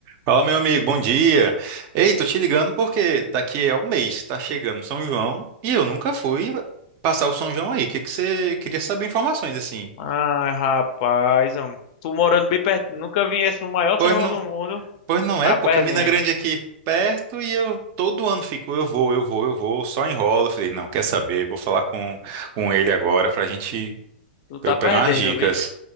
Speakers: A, on the right (about 40°); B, on the left (about 45°).
A: Fala, meu amigo, bom dia. Ei, tô te ligando porque daqui a um mês tá chegando São João e eu nunca fui passar o São João aí. O que que você queria saber informações assim?
B: Ai, rapaz, homem. Tu morando bem perto, nunca viesse no maior
A: Pois
B: São João
A: não,
B: do mundo,
A: pois não
B: tá
A: é, pô,
B: perdendo.
A: Campina Grande é aqui perto e eu todo ano fico, eu vou, eu vou, eu vou, só enrola. Eu Falei, não, quer saber? Vou falar com, com ele agora pra gente,
B: Tu tá
A: pra eu
B: perdendo,
A: pegar umas dicas.
B: viu?